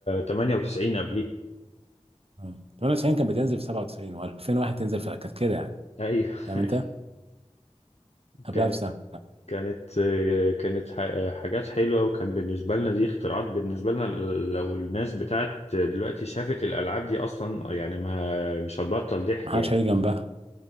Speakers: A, on the left; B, on the right.
A: 98 قبليها
B: مم. 98 كان بتنزل في 97 و2001 تنزل في كانت كده يعني
A: أيوه
B: فاهم
A: <laughs> أيوه
B: انت قبلها
A: كان
B: بسنة
A: كانت آه، كانت ح- حاجات حلوة وكان بالنسبة لنا دي اختراعات بالنسبة لنا لو الناس بتاعت دلوقتي شافت الألعاب دي أصلا يعني ما مش هتبطل ضحك
B: ما حدش
A: يعني
B: هيجي جنبها